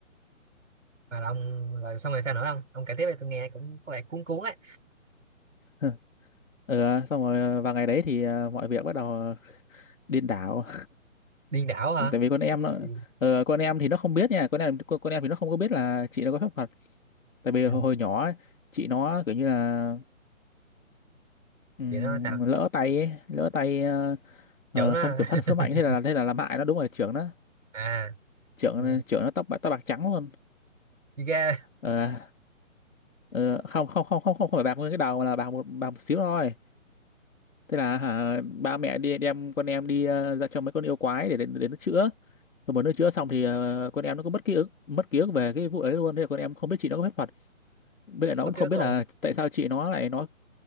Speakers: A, on the right; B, on the left.
A: và là ông là xong rồi sao nữa không ông kể tiếp đi tôi nghe cũng có vẻ cuốn cuốn ấy
B: <laughs> ừ, xong rồi ờ, vào ngày đấy thì ờ, mọi việc bắt đầu điên đảo
A: điên đảo
B: <laughs>
A: hả
B: tại vì con em nó
A: Ừ.
B: ờ, con em thì nó không biết nha con em con, con em thì nó không có biết là chị nó có phép thuật tại vì
A: ừ.
B: hồi, hồi nhỏ ấy, chị nó kiểu như là ừm,
A: vậy nó sao
B: lỡ tay ấy, lỡ tay ờ, ờ,
A: trưởng nó
B: không
A: hả?
B: kiểm soát được sức mạnh
A: <laughs>
B: thế là thế là làm hại nó đúng rồi trưởng nó
A: à
B: trưởng
A: ừ.
B: trưởng nó tóc bạc tóc bạc trắng luôn
A: đi ra
B: Ờ, ờ, không không không không không phải bạc nguyên cái đầu mà là bạc một bạc một xíu thôi thế là hả ba mẹ đi đem con em đi ờ, ra cho mấy con yêu quái để đến, đến nó chữa rồi mà nó chữa xong thì ờ, con em nó cũng mất ký ức mất ký ức về cái vụ ấy luôn thế là con em không biết chị nó có phép thuật với lại nó
A: mất
B: cũng không
A: ký ức
B: biết
A: luôn
B: là tại sao chị nó lại nó